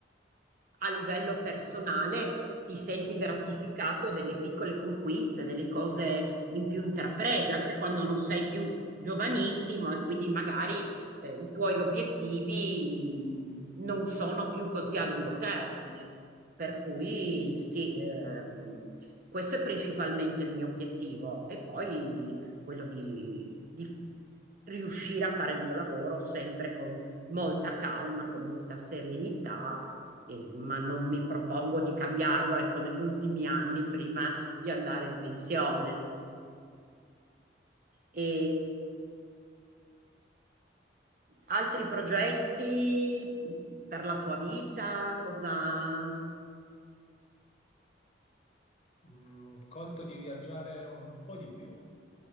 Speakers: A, on the right; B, on the left.
A: a livello personale ti senti gratificato delle piccole conquiste, delle cose in più intraprese, anche quando non sei più giovanissimo e quindi magari eh, i tuoi obiettivi mh, non sono più così a lungo termine. Per cui sì, ehm, questo è principalmente il mio obiettivo e poi quello di, di riuscire a fare il mio lavoro sempre con molta calma, con molta serenità, eh, ma non mi propongo di cambiarlo, ecco, negli ultimi anni prima di andare in pensione. E altri progetti per la tua vita? Cosa...
B: Mm, conto di viaggiare un po' di più,